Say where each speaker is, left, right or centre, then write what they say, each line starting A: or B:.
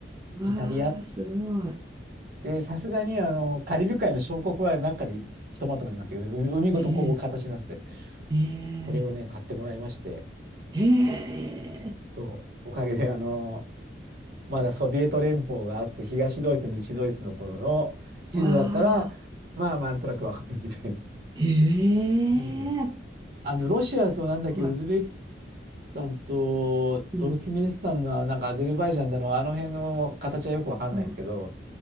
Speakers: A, on the right; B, on the right.
A: うわあすごい。
B: イタリア。で、さすがに、あの、カリブ海の小国はなんかでひとまとめになってたけど、海海ごとこう形になってて、
A: ええ、え
B: これをね、買ってもらいまして、
A: え、ええ、
B: そう、おかげで、あの、まだソビエト連邦があって、東ドイツ、西ドイツの頃の地図だったら、
A: わあ、
B: まあ、なんとなくわかるみたいな。
A: ええ、
B: もうあの、ロシアとなんだっけ、
A: すごい。
B: ウズベキスタンとトルキメニスタンの、
A: うん。
B: なんかアゼルバイジャンだの、あの辺の形はよくわかんないですけど、
A: お